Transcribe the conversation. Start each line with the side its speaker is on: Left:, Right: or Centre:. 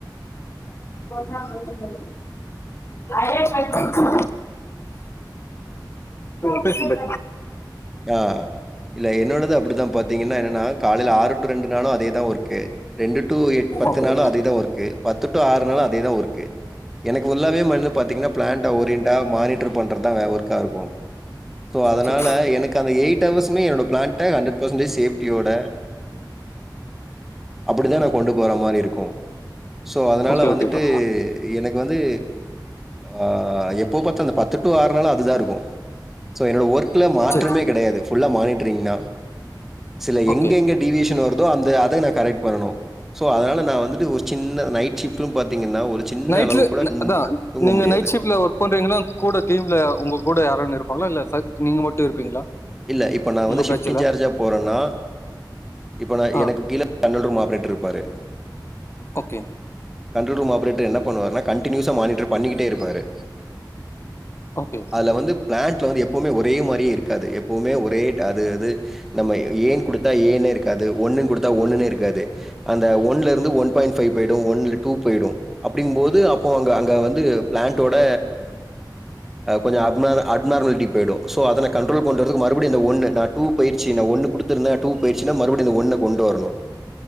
Left: நிம்ஷ் <inaudible> ஆ பேசுங்க பேசுங்க
Centre: ஆ இல்ல என்னோடது அப்படிதா பாத்தீங்கன்னா என்னன்னா காலையில ஆறு டு ரெண்டு நாளு அதேதா ஒர்க்கு ரெண்டு டு எ பத்து
Left: ஓகே
Centre: நாளு அதேதா ஒர்க்கு பத்து டு ஆறு நாளு அதேதா ஒர்க்கு எனக்கு உள்ளாவே மண்ணு பாத்தீங்கன்னா பிளாண்ட்ட ஓரியன்டா மானிட்டர் பண்றதுதாவே ஒர்க்கா இருக்கு சோ அதுனால
Left: சரி சரி
Centre: எனக் கு அந்த எயிட் ஹவர்ஸ்மே என்னோட பிளான்ட்ட ஹண்ரட் பர்சன்ட் சேஃப்டியோட அப்டிதா நா கொண்டு போற மாரி இருக்கு ஸோ அதுனால
Left: ஓகே
Centre: வந்துட்டு
Left: ஓகே ப்ரோ
Centre: எனக்கு வந்து ஆ எப்போ பாத்தா அந்த பத்து டு ஆறுனாளு அதுதா இருக்கு சோ என்னோட ஒர்க்ல மாற்றமே
Left: சரி
Centre: கிடையாது புல்லா மானிட்டரிங் தா சில
Left: ஓகே
Centre: எங்க எங்க டிவியேஷன் வருதோ அந்த அதை நா கரெக்ட் பண்ணனு சோ அதனால நா வந்துட்டு ஒரு சின்ன நைட் ஷிப்டுனு பாத்தீங்கன்னா ஒரு சின்ன
Left: நைட்ல
Centre: அளவு கூட ம்
Left: அதா
Centre: தூங்க
Left: நீங்க
Centre: முடியாது.
Left: நைட் ஷிப்ட்ல ஓர் க் பண்றீங்கனா கூட டீம்ல உங்க கூட யாருன்னு இருப்பாங்களா இல்ல நீங்க மட்டும் இருப்பீங்களா
Centre: இல்ல இப்ப நா வந்து
Left: உங்க
Centre: ஷிப்டிங்
Left: பேட்ச்ல
Centre: சார்ஜா போறேன்னா இப்ப நா
Left: ஆ
Centre: எனக்கு கீழ கண்ட்ரோல் ரூம் ஆப்ரேட்டர் இருப்பாரு
Left: ஓகே
Centre: கண்ட்ரோல் ரூம் ஆப்ரேட்டர் என்ன பண்ணுவார்னா கன்டினியுசா மானிட்டர் பண்ணிக்கிட்டே இருப்பாரு
Left: ஓகே
Centre: அதுல வந்து பிளான்ட்ல வந்து எப்பவுமே ஒரே மாரியே இருக்காது எப்பவுமே ஒரேட் அது அது நம்ம ஏன் குடுத்தா ஏன்னு இருக்காது ஒன்னுன்னு குடுத்தா ஒன்னுன்னே இருக்காது அந்த ஒன்ல இருந்து ஒன் பாயிண்ட் ஃபைவ் போயிடு ஒன்ல டூ போயிடு அப்டிங்கும்போது அப்போ அங்க அங்க வந்து பிளான்ட்டோட அ கொஞ்ச அப் நா நார்மாலிட்டி போயிடு அத கண்ட்ரோல் பண்றதுக்கு மறுபடியும் இந்த ஒன்னு நா டூ போயிற்சி ந ஒன்னு குடுத்தருந்தா டூ போயிடுச்சுனா மறுபடியு இந்த ஒன்ன கொண்டு வரணு